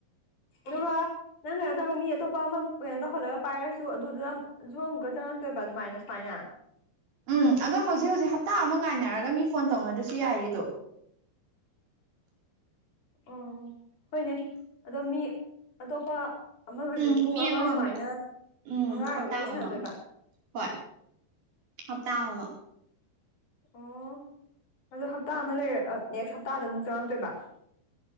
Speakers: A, on the left; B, on the right.
A: ꯑꯗꯨꯒ ꯅꯪ ꯀꯩꯅꯣꯇꯧꯕ ꯃꯤ ꯑꯇꯣꯞꯄ ꯑꯃ ꯀꯩꯅꯣ ꯇꯧꯍꯜꯂꯒ ꯄꯥꯏꯔꯁꯨ ꯑꯗꯨꯗ ꯖꯨ ꯑꯃꯨꯛꯀꯥ ꯆꯪꯉꯛꯇꯣꯏꯕ ꯑꯗꯨꯃꯥꯏꯅ ꯁꯨꯃꯥꯏꯅ
B: ꯎꯝ ꯑꯗꯣ ꯍꯧꯖꯤꯛ ꯍꯧꯖꯤꯛ ꯍꯞꯇꯥ ꯑꯃ ꯉꯥꯏꯅꯔꯒ ꯃꯤ ꯐꯣꯟ ꯇꯧꯅ꯭ꯗꯔꯁꯨ ꯌꯥꯏꯌꯦ ꯑꯗꯣ
A: ꯑꯣ ꯍꯣꯏꯅꯦ ꯑꯗꯣ ꯃꯤ ꯑꯇꯣꯞꯄ ꯑꯃꯒꯁꯨ
B: ꯎꯝ
A: ꯄꯨꯡ
B: ꯃꯤ
A: ꯑꯃ
B: ꯑꯃꯃꯝ
A: ꯁꯨꯃꯥꯏꯅ
B: ꯎꯝ
A: ꯃꯉꯥꯔꯛ
B: ꯍꯞꯇꯥ
A: ꯋꯥꯔꯤ
B: ꯑꯃꯃꯝ
A: ꯁꯥꯟꯅꯗꯣꯏꯕ
B: ꯍꯣꯏ ꯍꯞꯇꯥ ꯑꯃꯥꯃꯝ
A: ꯑꯣ ꯑꯗꯣ ꯍꯞꯇꯥ ꯑꯃ ꯂꯩꯔ ꯅꯦꯛꯁ ꯍꯞꯇꯥꯗ ꯑꯃꯨꯛ ꯆꯪꯉꯛꯇꯣꯏꯕ